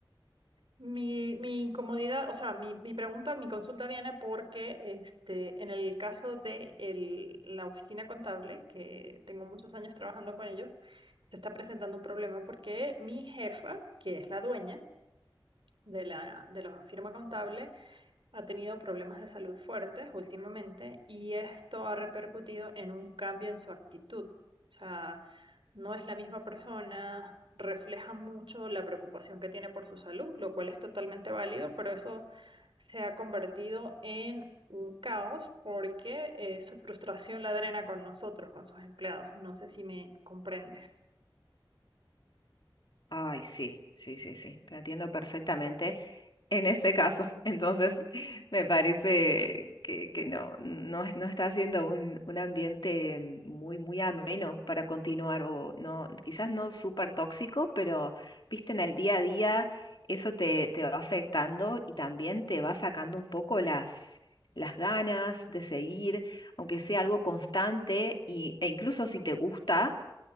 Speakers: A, on the right (about 80°); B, on the left (about 65°).
A: Mi, mi incomodidad, o sea, mi, mi pregunta, mi consulta viene porque este, en el caso de el- la oficina contable, que tengo muchos años trabajando con ellos, se está presentando un problema porque mi jefa, que es la dueña de la, de la firma contable, ha tenido problemas de salud fuertes últimamente y esto ha repercutido en un cambio en su actitud. O sea, no es la misma persona, refleja mucho la preocupación que tiene por su salud, lo cual es totalmente válido, pero eso se ha convertido en un caos porque eh, su frustración la drena con nosotros, con sus empleados. No sé si me comprendes.
B: Ay, sí, sí, sí, sí, te entiendo perfectamente. en ese caso. <laughs> Entonces, me parece que, que no, no, es- no está siendo un, un ambiente muy, muy ameno para continuar, o no, quizás no súper tóxico, pero viste, en el día a día eso te, te va afectando y también te va sacando un poco las, las ganas de seguir, aunque sea algo constante, y, e incluso si te gusta